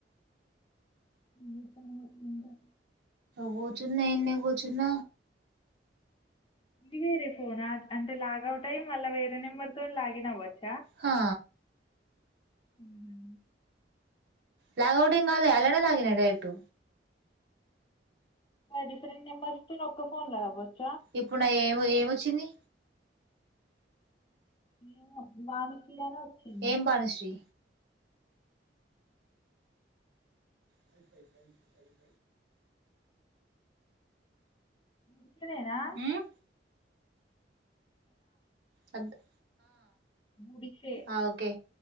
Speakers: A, on the left; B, on the right.
A: ఏం చెత్తన్నావు అనుకుంటా
B: కూర్చున్న ఇడనే కూర్చున్న
A: ఇది వేరే ఫోనా అంటే లాగౌట్ అయి మళ్ళ వేరే నెంబర్ తో లాగిన్ అవ్వొచ్చా
B: హా
A: ఆమ్
B: లాగౌట్ ఏం కాలే అల్లనే లాగిన్ అయిన డైరెక్ట్
A: డిఫరెంట్ నెంబర్స్ తో ఒక్క ఫోన్ల అవ్వోచా
B: ఇప్పుడు ఏమొచ్చింది
A: ఏమో జానకి అని వచ్చింది
B: ఏం భానుశ్రీ వైఫై
A: అయితలేదా
B: ఉమ్ అర్ధం
A: గుడిసె
B: ఆ ఓకే